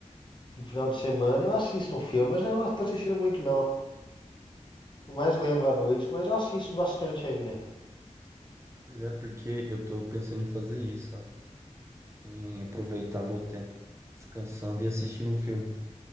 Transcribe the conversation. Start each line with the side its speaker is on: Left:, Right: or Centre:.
Left: no final de semana, eu assisto um filme, mas eu não tô assistindo muito, não. Tô mais lendo à noite, mas eu assisto bastante ainda.
Right: Pois é, porque eu tô pensando em fazer isso, sabe? Em aproveitar meu tempo descansando e assistindo um filme.